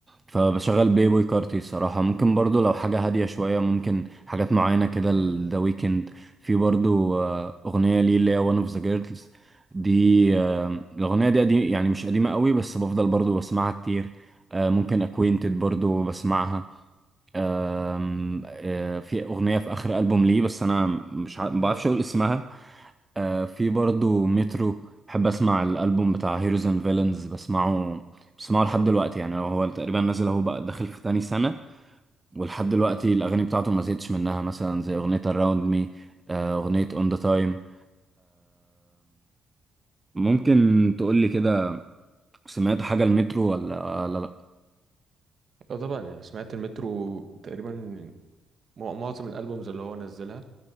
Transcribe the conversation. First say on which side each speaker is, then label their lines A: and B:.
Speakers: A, on the right; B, on the right.
A: فبشغل بلاي بوي كارتي الصراحة ممكن برضو لو حاجة هادية شوية ممكن حاجات معينة كده ذا ويكند في برضو آه، أغنية ليه اللي هي وان اوف ذا جيرلز دي آه، الأغنية دي قديم يعني مش قديمة قوي بس بفضل برضو بسمعها كتير آه، ممكن اكوينتد برضو بسمعها آم، آه، في أغنية في آخر ألبوم ليه بس أنا مش ع- ما بعرفش أقول اسمها آه، في برضو مترو بحب اسمع الالبوم بتاع هيروز اند فيلنز بسمعه بسمعه لحد دلوقتي يعني لو هو تقريبا نازل اهو بقى داخل في تاني سنة ولحد دلوقتي الاغاني بتاعته ما زهقتش منها مثلا زي اغنية اراوند مي اغنية اون ذا تايم ممكن تقولي كده سمعت حاجة المترو ولا لا
B: اه طبعا يعني سمعت المترو تقريبا مع- معظم الالبومز اللي هو نزلها